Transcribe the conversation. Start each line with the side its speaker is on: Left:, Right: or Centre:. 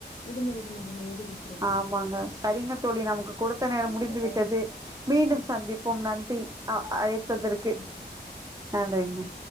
Left: விடுமுறை விண்ணப்பம் எழுதி குடுத்துருங்க
Right: ஆமாங்க சரிங்க தோழி நமக்கு கொடுத்த நேரம்
Left: சரிங்க
Right: முடிந்து
Left: தோழி
Right: விட்டது மீண்டும்
Left: ஆ
Right: சந்திப்போம் நன்றி அ அழைத்ததற்கு
Left: ம்
Right: நன்றிங்க